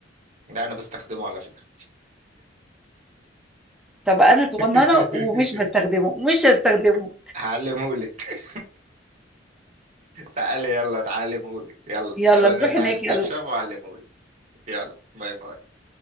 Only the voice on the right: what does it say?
ده انا بستخدمه على فكرة
<laughs>
هعلمهولك <laughs> تعالي يلا تعلمهولك يلا
يلا
نفتح
الستاب
شاب وأعلمهولك يلا باي باي